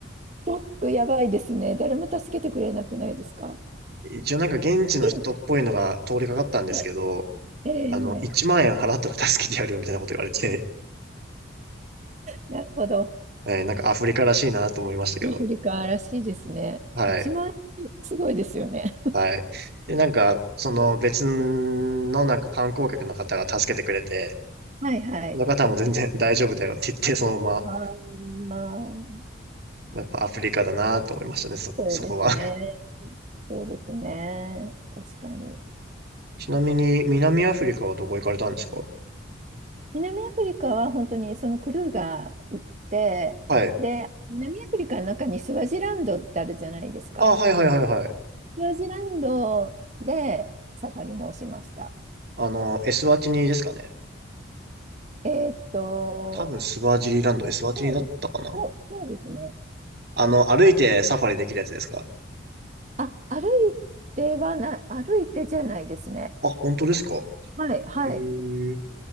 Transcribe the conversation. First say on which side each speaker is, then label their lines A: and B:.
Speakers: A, on the right; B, on the right.
A: トラックやばいですね。誰も助けてくれなくないですか
B: 一応なんか現地の人っぽいのが通りかかったんですけど、
A: うんはい。えー、
B: あの、1万円払ったら助けてやるよみたいなこと言われて、
A: なるほど。
B: <laughs> えーなんかアフリカらしいなと思いましたけど。
A: アフリカらしいですね。
B: はい。
A: 一万円、すごいですよね。
B: はい。で、なんか、その別のなんか観光客の方が助けてくれて、
A: はい、はい。
B: その方も全然大丈夫だよって言って、そのまま、
A: ああ。
B: まあやっぱアフリカだなと思いましたね、そこ、
A: そうですね。
B: そこは。
A: そうですね。確かに。
B: <laughs> ちなみに、南アフリカはどこ行かれたんですか
A: 南アフリカは本当にそのクルーが行って、
B: はい。
A: で、南アフリカの中にスワジランドってあるじゃないですか。
B: あ、はいはいはいはい。
A: スワジランドでサファリもしました。
B: あの、エスワティニですかね。
A: えーっと、
B: 多分スワジリランド、
A: そうそうです。
B: エスワティニだったかな
A: そうそうですね。
B: あの、歩いてサファリできるやつですか
A: あ、歩いてはな、歩いてじゃないですね。
B: あ、本当ですか
A: はい、はい、
B: えー、